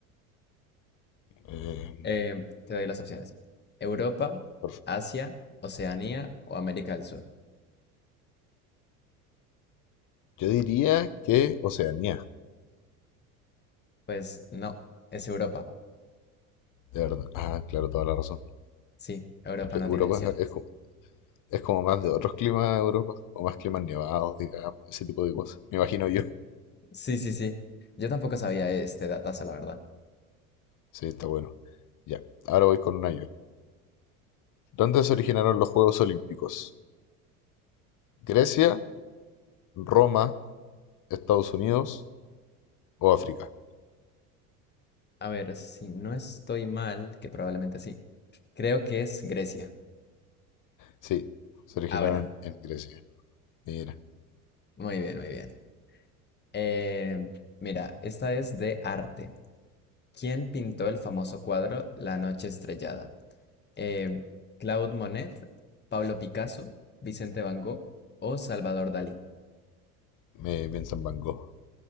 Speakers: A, on the left; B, on the left.
A: Eh,
B: Em, te doy las opciones. Europa,
A: por fa-
B: Asia, Oceanía o América del Sur.
A: yo diría que Oceanía,
B: Pues no, es Europa.
A: de verdad. Ah, claro, toda la razón.
B: Sí, Europa
A: Porque Europa
B: no tiene desiertos.
A: es, co- es como más de otros climas de Europa, o más climas nevados, digamos, ese tipo de cosas. Me imagino yo.
B: Sí, sí, sí. Yo tampoco sabía este datazo, la verdad.
A: Sí, está bueno. Ya, ahora voy con una yo. ¿Dónde se originaron los Juegos Olímpicos? ¿Grecia, Roma, Estados Unidos o África?
B: A ver, si no estoy mal, que probablemente sí. Creo que es Grecia.
A: Sí, se originaron
B: Ah, bueno.
A: en Grecia. Mira,
B: Muy bien, muy bien. Em, mira, esta es de arte. ¿Quién pintó el famoso cuadro La noche estrellada? Eh, Claude Monet, Pablo Picasso, Vicente Van Gogh o Salvador Dalí.
A: me piensa en Van Gogh.